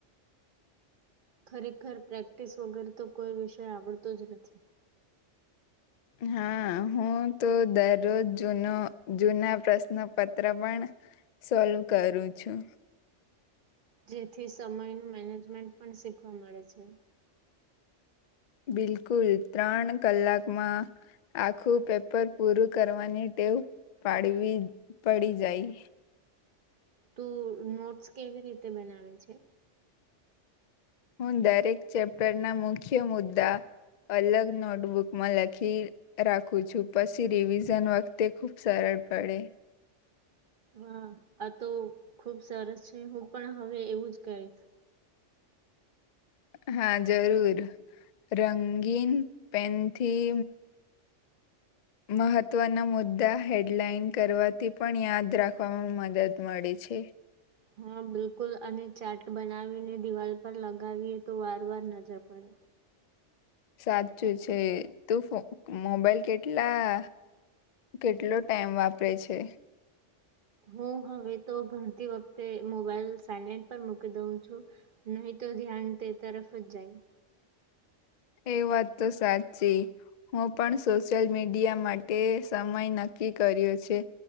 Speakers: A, on the right (about 50°); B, on the left (about 65°).
A: ખરેખર પ્રેક્ટિસ વગર તો કોઈ વિષય આવડતો જ નથી.
B: હા હું તો દરરોજ જૂનો જૂના પ્રશ્નપત્ર પણ સોલ્વ કરું છું.
A: જેથી સમય ન મેનેજમેન્ટ પણ શીખવા મળે છે.
B: બિલકુલ ત્રણ કલાકમાં આખું પેપર પૂરું કરવાની ટેવ પાડવી પડી જાય.
A: તો નોટ્સ કેવી રીતે બનાવે છે?
B: હું દરેક ચેપ્ટર ના મુખ્ય મુદ્દા અલગ નોટબુકમાં લખી રાખું છું પછી રિવિઝન વખતે ખુબ સરળ પડે.
A: હા આ તો ખુબ સરસ છે હું પણ હવે એવું જ કરીશ.
B: હા જરૂર રંગીન પેનથી
A: હ.
B: મહત્વના મુદ્દા હેડલાઈન કરવાથી પણ યાદ રાખવામાં મદદ મળે છે.
A: હા બિલકુલ અને ચાટ બનાવીને દિવાલ પર લગાવીએ તો વાર વાર નજર પડે.
B: સાચું છે તું મોબાઈલ કેટલા કેટલો ટાઈમ વાપરે છે.
A: હું હવે તો ભણતી વખતે મોબાઈલ સાયલેન્ટ પર મૂકી દઉં છું. નહી તો ધ્યાન તે તરફ જ જાય.
B: એ વાત તો સાચી. હું પણ સોશિયલ મીડિયા માટે સમય નક્કી કર્યો છે.